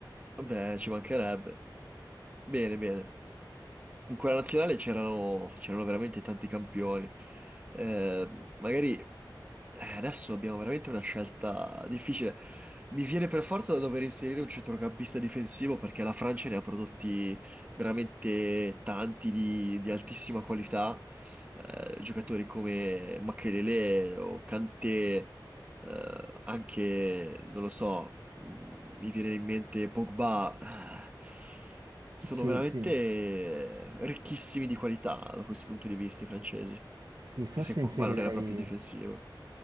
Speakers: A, on the right; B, on the right.
A: Beh, ci mancherebbe. Bene, bene. In quella nazionale c'erano c'erano veramente tanti campioni. Eh, magari Eh, Adesso abbiamo veramente una scelta difficile. Mi viene per forza da dover inserire un centrocampista difensivo perché la Francia ne ha prodotti veramente tanti di, di altissima qualità. Eh, giocatori come Makelele o Kanté, eh, anche, non lo so, mh, mi viene in mente Pogba. eh, sono
B: Sì,
A: veramente
B: sì,
A: ricchissimi di qualità da questo punto di vista i francesi.
B: sì, forse
A: Che se Pogba
B: inserirei,
A: non era proprio difensivo.